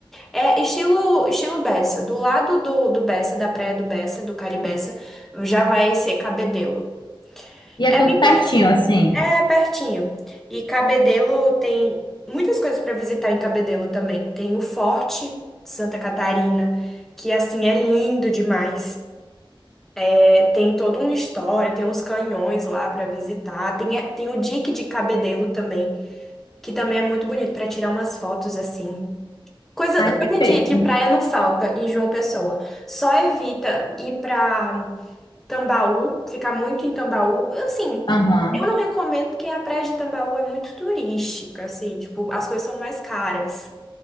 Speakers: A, in the centre; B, on the left.
A: É estilo, estilo Bessa. Do lado do, do Bessa, da praia do Bessa, do Caribeça, já vai ser Cabedelo.
B: E é
A: É
B: tudo
A: bem pertinho.
B: pertinho, assim.
A: É pertinho. E Cabedelo tem muitas coisas para visitar em Cabedelo também. Tem o Forte de Santa Catarina, que assim é lindo demais. É, tem toda uma história, tem uns canhões lá para visitar. Tem, é, tem o dique de Cabedelo também, que também é muito bonito para tirar umas fotos assim. Coisa,
B: Ai,
A: coisa
B: perfeito.
A: de, de praia não falta em João Pessoa. Só evita ir pra Tambaú, ficar muito em Tambaú. Assim,
B: Aham.
A: eu não recomendo porque a praia de Tambaú é muito turística, assim, tipo, as coisas são mais caras.